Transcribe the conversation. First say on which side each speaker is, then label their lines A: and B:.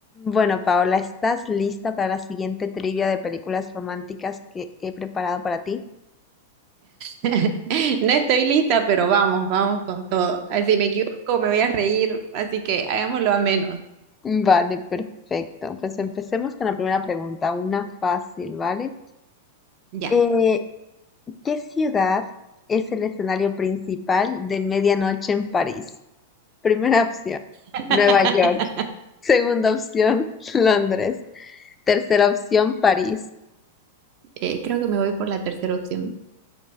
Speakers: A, on the left; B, on the right.
A: Bueno, Paola, ¿estás lista para la siguiente trivia de películas románticas que he preparado para ti?
B: <laughs> No estoy lista, pero vamos, vamos con todo. Ah, Si me equivoco, me voy a reír, así que hagámoslo a menos.
A: Vale, perfecto. Pues empecemos con la primera pregunta, una fácil, ¿vale?
B: Ya.
A: Eh, ¿qué ciudad es el escenario principal de Medianoche en París? Primera opción,
B: <laughs>
A: Nueva York. Segunda opción, <laughs> Londres. Tercera opción, París.
B: Eh, creo que me voy por la tercera opción.